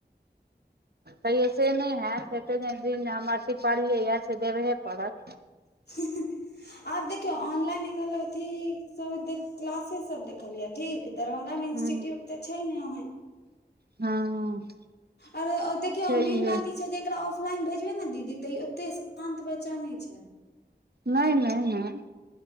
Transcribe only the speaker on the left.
<unintelligible> आब देखियौ ऑनलाइन कहलथि सभ एते क्लासे सभ देखलियै ठीक दरभंगा मे
इंस्टिट्यूट त छैय ने ओहेन
आरै देखियौ
मेन बात ई छैय जे एकरा फलाइन भेजबै ने दीदी तैयो ओते शान्त बच्चा नहि छैय।